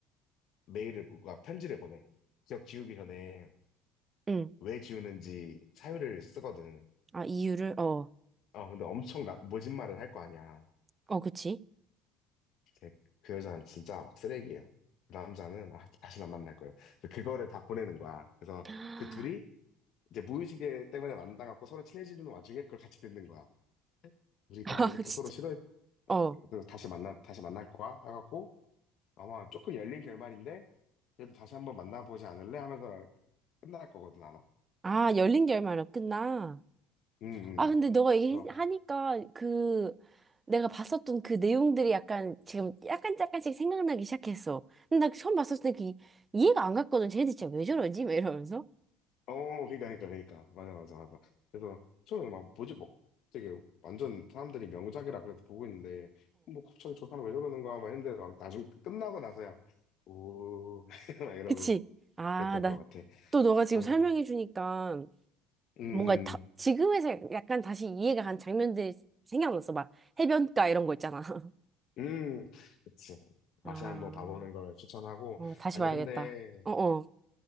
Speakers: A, on the left; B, on the right.
A: 메일을, 뭔가 편지를 보내. 기억 지우기 전에
B: 응.
A: 왜 지우는지 사유를 쓰거든.
B: 아, 이유를, 어.
A: 어, 근데 엄청 나, 모진말을 할 거 아니야.
B: 어, 그치.
A: 걔- 그 여자는 진짜 막 쓰레기예요. 그 남자는, 아, 다시 안 만날 거예요. 그래서 그거를 다 보내는 거야. 그래서
B: <gasps> 아,
A: 그 둘이 이제 무의식에 때문에 만나갖고 서로 친해지는 와중에 그걸 같이 듣는 거야. 우리가
B: <laughs>
A: 이렇게
B: 진짜.
A: 서로 싫어, 어, 어,
B: 어.
A: 그래서 다시 만나, 다시 만날 거야? 해갖고 아마 조금 열린 결말인데 그래도 다시 한번 만나보지 않을래? 하면서 끝날 거거든 아마.
B: 아, 열린 결말로 끝나.
A: 음,
B: 아, 근데
A: 음.
B: 너가 얘기하니까
A: 그래서
B: 그 내가 봤었던 그 내용들이 약간 지금 약간 약간씩 생각나기 시작했어. 근데 나 처음 봤었을 때 그 이해가 안 갔거든. 쟤네들 진짜 왜 저러지? 막 이러면서.
A: 어 그러니까 그러니까 그러니까 맞아 맞아 맞아. 그래서 저는 막 뭐지 뭐 되게 완전 사람들이 명작이라 그래서 보고 있는데 뭐 갑자기 저 사람 왜 저러는 거야 막 했는데 막 나중 끝나고 나서야 오 <laughs> 막 이러고
B: 그치? 아,
A: 그랬던
B: 나,
A: 것 같아.
B: 또 너가 지금
A: 아,
B: 설명해 주니까
A: 음,
B: 뭔가 다,
A: 음,
B: 지금에서 약간 다시 이해가 간 장면들이 생각났어. 막 해변가 이런 거 있잖아. <laughs>
A: 음, 그치. 다시
B: 아,
A: 한번 봐보는 걸 추천하고
B: 어, 다시
A: 아니
B: 봐야겠다.
A: 근데
B: 어, 어.